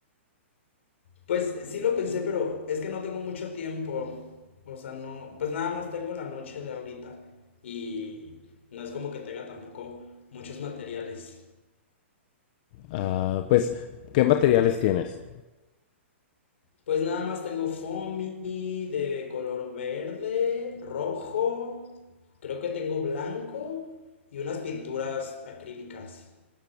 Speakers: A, on the left; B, on the left.
A: Pues sí lo pensé, pero es que no tengo mucho tiempo. O sea, no, pues nada más tengo la noche de ahorita y no es como que tenga tampoco muchos materiales.
B: Ah, pues, ¿qué materiales tienes?
A: Pues nada más tengo foamy de color verde, rojo, creo que tengo blanco y unas pinturas acrílicas